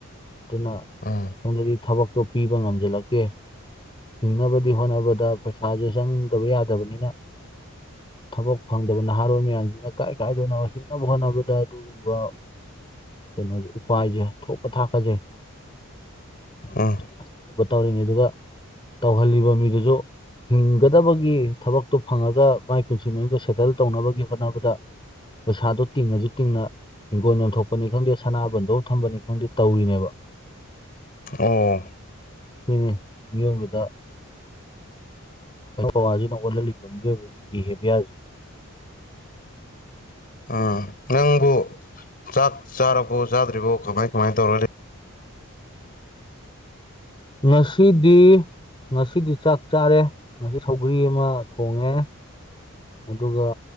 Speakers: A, on the left; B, on the left.
A: ꯑꯗꯨꯅ
B: ꯎꯝ
A: ꯁꯣꯝꯗꯗꯤ ꯊꯕꯛ ꯇꯣ ꯄꯤꯕ ꯉꯝꯁꯤꯜꯂꯛꯇꯦ ꯍꯤꯡꯅꯕꯗꯤ ꯍꯣꯠꯅꯕꯗ ꯄꯩꯁꯥꯁꯦ ꯆꯪꯗꯕ ꯌꯥꯗ ꯐꯕꯅꯤꯅ ꯊꯕꯛ ꯐꯪꯗꯕ ꯅꯍꯥꯔꯣꯜ ꯃꯌꯥꯝꯁ ꯇꯀꯥꯏ ꯀꯥꯏꯗꯅ ꯍꯤꯡꯅꯕ ꯍꯣꯠꯅꯕꯗ ꯑꯗꯨꯒꯨꯝꯕ ꯀꯩꯅꯣꯁꯦ ꯎꯄꯥꯏꯁꯦ ꯊꯣꯛꯀ ꯊꯥꯛꯀꯁꯩ
B: ꯎꯝ
A: ꯑꯁꯤꯒꯨꯝꯕ ꯇꯧꯔꯤꯅꯤ ꯑꯗꯨꯒ ꯇꯧꯍꯜꯂꯤꯕ ꯃꯤꯗꯨꯁꯨ ꯍꯤꯡꯒꯗꯕꯒꯤ ꯊꯕꯛꯇꯣ ꯐꯪꯉꯒ ꯃꯥꯏ ꯄꯨꯟꯁꯤ ꯃꯍꯤꯡꯗꯣ ꯁꯦꯇꯜ ꯇꯧꯅꯕꯒꯤ ꯍꯣꯠꯅꯕꯗ ꯄꯩꯁꯥꯗꯣ ꯇꯤꯡꯉꯁꯨ ꯇꯤꯡꯅ ꯍꯤꯡꯒꯣꯜ ꯂꯣꯟꯊꯣꯛꯄꯅꯤ ꯈꯪꯗꯦ ꯁꯅꯥꯕꯟꯗꯧ ꯊꯝꯕꯅꯤ ꯈꯪꯗꯦ ꯇꯧꯔꯤꯅꯦꯕ
B: ꯑꯣ
A: ꯁꯤꯅꯤ ꯃꯤꯑꯣꯏꯕꯗ ꯀꯔ ꯀꯋꯥꯖꯤꯅ ꯑꯣꯣꯂꯂꯤ ꯝ ꯕꯤꯍꯦꯕꯤꯌꯥꯖ
B: ꯎꯝ ꯅꯪꯕꯨ ꯆꯥꯛ ꯆꯥꯔꯕꯣ ꯆꯥꯗ꯭ꯔꯤꯕꯣ ꯀꯃꯥꯏ ꯀꯃꯥꯏ ꯇꯧꯔꯒ ꯂꯩ
A: ꯉꯁꯤꯗꯤ ꯉꯁꯤꯗꯤ ꯆꯥꯛ ꯆꯥꯔꯦ ꯉꯁꯤ ꯁꯧꯒ꯭ꯔꯤ ꯑꯃ ꯊꯣꯡꯉꯦ ꯑꯗꯨꯒ